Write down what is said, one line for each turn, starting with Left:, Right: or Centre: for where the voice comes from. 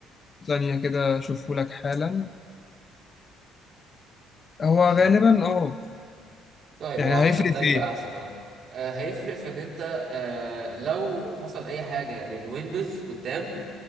Left: ثانيه كده اشوفه لك حالا هو
Right: عشان
Left: غالبا اه
Right: طيب
Left: يعني
Right: هو عامة
Left: هيفرق
Right: ده
Left: في
Right: بيبقى
Left: ايه
Right: أحسن أه آه، هيفرق في إن أنت آه، لو حصل أي حاجة للويندوز قدام